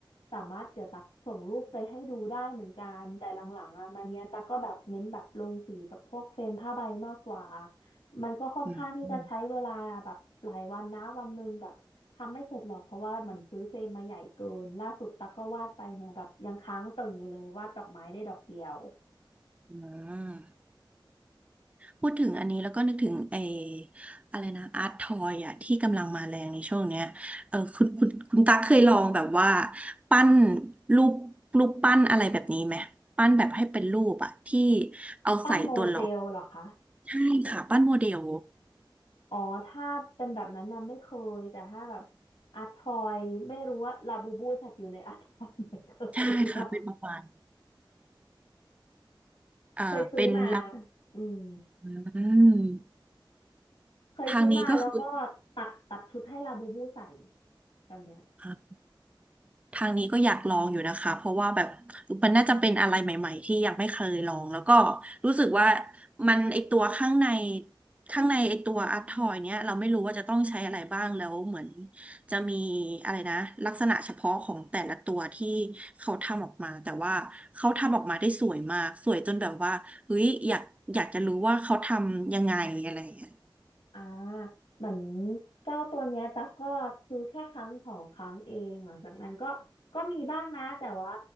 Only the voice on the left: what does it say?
สามารถเดี๋ยวตักส่งรูปไปให้ดูได้เหมือนกันแต่หลังๆอ่ะมาเนี้ยตักก็แบบเน้นแบบลงสีแบบพวกเฟรมผ้าใบมากกว่ามันก็ค่อนข้างที่จะใช้เวลาแบบหลายวันนะวันหนึ่งแบบทำไม่เสร็จหรอกเพราะว่ามันซื้อเฟรมมาใหญ่เกินล่าสุดตักก็วาดไปเนี่ยแบบยังค้างตึงอยู่เลยวาดดอกไม้ได้ดอกเดียว
ปั้นโมเดลเหรอคะ
อ๋อถ้าเป็นแบบนั้นนะไม่เคยแต่ถ้าแบบอาร์ตทอยไม่รู้ว่าลาบูบูจัดอยู่ในอาร์ตทอยไหม
เคยซื้อมาเคยซื้อมาอืม
เคยซื้อมาแล้วก็
ตัดตัดชุดให้ลาบูบูใส่แบบเนี้ย
อ่าเหมือนเจ้าตัวเนี้ยตั๊กก็ซื้อแค่ครั้งสองครั้งเองหลังจากนั้นก็ก็มีบ้างนะแต่ว่า